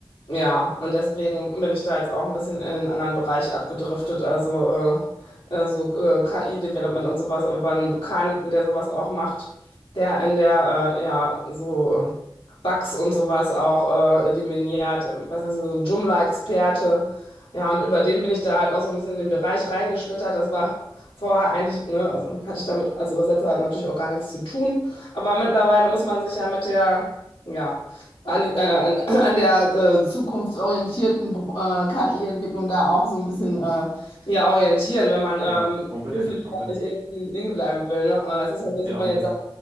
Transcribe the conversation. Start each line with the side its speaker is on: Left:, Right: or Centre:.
Left: Ja, und deswegen bin ich da jetzt auch ein bisschen in einen anderen Bereich abgedriftet, also äh, äh, so äh, KI-Development und sowas, aber bei einem Bekannten, der sowas auch macht, der in der, äh, ja, so äh, Bugs und sowas auch äh, eliminiert, was ist das, so ein Joomla-Experte. Ja, und über den bin ich da halt auch so ein bisschen in den Bereich reingeschlittert. Das war vorher eigentlich, ne, also hatte ich damit als Übersetzer halt natürlich auch gar nichts zu tun. Aber mittlerweile muss man sich ja mit der, ja, an, die- äh, an <clears throat> an der äh, zukunftsorientierten äh, KI-Entwicklung da auch so ein bisschen äh, ja, orientieren, wenn man ähm,
Right: Ja, unbedingt,
Left: beruflich
Right: unbedingt.
Left: da nicht irgendwie liegen bleiben will. Ne? Aber das ist ja so, als
Right: Ja,
Left: würde man
Right: unbedingt.
Left: jetzt sagen,